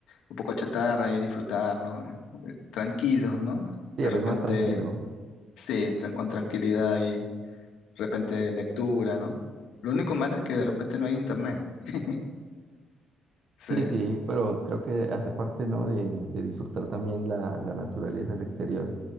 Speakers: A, on the left (about 80°); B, on the right (about 55°).
A: un poco chatarra y disfrutar, ¿no? Eh, Tranquilos, ¿no? De
B: Sí, eres
A: repente,
B: más tranquilo.
A: sí, tran- con tranquilidad y de repente lectura, ¿no? Lo único malo es que de repente no hay internet. <laughs> Sí,
B: Sí, sí, pero creo que hace parte, ¿no? De, de disfrutar también la, la naturaleza, el exterior,